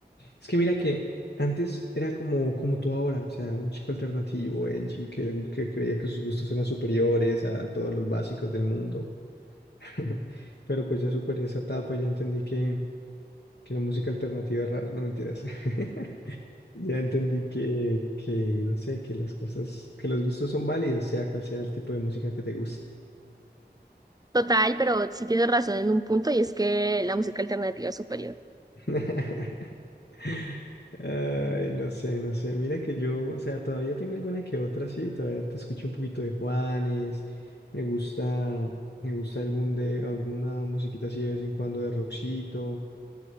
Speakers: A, on the left (about 80°); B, on the right (about 20°).
A: Es que mira que antes era como, como tú ahora, o sea, un chico alternativo, edgy, que, le gus- que creía que sus gustos eran superiores a todos los básicos del mundo. <laughs> Pero pues ya superé esa etapa, ya entendí que, que la música alternativa es rara, no mentiras. <laughs> Ya entendí que, que, no sé, que las cosas, que los gustos son válidos, sea cual sea el tipo de música que te guste.
B: Total, pero sí tienes razón en un punto y es que la música alternativa es superior.
A: <laughs> Ay, no sé, no sé. Mira que yo, o sea, todavía tengo alguna que otra, sí, todavía te escucho un poquito de Juanes. Me gusta, me gusta algún de, alguna musiquita así de vez en cuando de Roxito.